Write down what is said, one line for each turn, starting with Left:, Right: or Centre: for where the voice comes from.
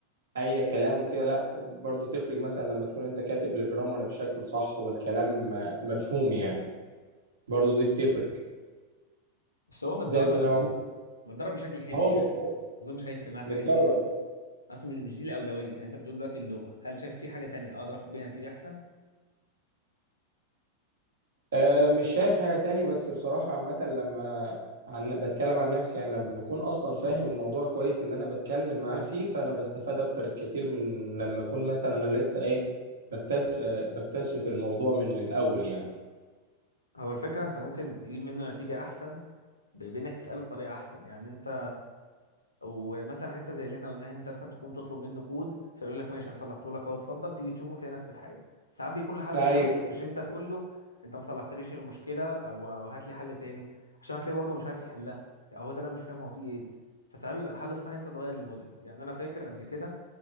Right: اي كلام وكده لا برضو تفرق مثلا لما تكون انت كاتب الجرامر بشكل صح والكلام مفهوم يعني برضو دي بتفرق
Left: بس هو متدرب
Right: زائد إن هو
Left: متدرب بشكل حلو
Right: هو
Left: يعني
Right: متدرب
Left: ما اظنش هيفرق معاه الحاجات
Right: متدرب
Left: دي قوي
Right: بقى.
Left: اصلا مش دي الاولويه يعني انت بتقول دلوقتي اللغه هل شايف في حاجه تانية اقدر اخد بيها نتيجه احسن
Right: أه مش شايف حاجة تاني بس بصراحة عامة لما عن بتكلم عن نفسي يعني لما بكون اصلا فاهم الموضوع كويس اللي انا بتكلم معاه فيه فانا بستفاد اكتر بكتير من لما اكون مثلا انا لسه ايه بكتشف بكتشف الموضوع من الاول يعني
Left: هو الفكرة انت ممكن تجيب منه نتيجة احسن ب- بانك تسأله بطريقة احسن يعني انت ومثلا حتة زي اللي احنا قلناها ان انت مثلا تقوم تطلب منه كود فيقول لك ماشي هصلحته لك اهو اتفضل تيجي تشوفه وتلاقي نفس الحاجة ساعات بيكون الحل
Right: ايوه
Left: الصح مش انت تقول له انت ما صلحتليش المشكلة او او هات لي حل تاني عشان هتلاقي برضه مش عارف يحلها يعني هو ده انا مش فاهم هو فيه ايه فساعات بيبقى الحل الصح إن انت تغير الموديل يعني انا فاكر قبل كده